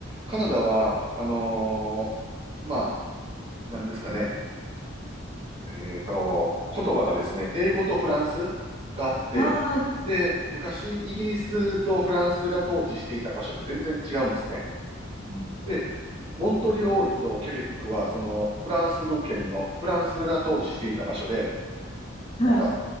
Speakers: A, on the right; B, on the left.
A: カナダは、あのーまあ、なんですかね。えっと、言葉がですね、英語とフランスがあって、
B: ああ、
A: で、昔、イギリスとフランスが統治していた場所で全然違うんですね。
B: うん
A: で、モントリオールとケベックは、その、フランス語圏のフランスが統治していた場所で、
B: はい。
A: なんか、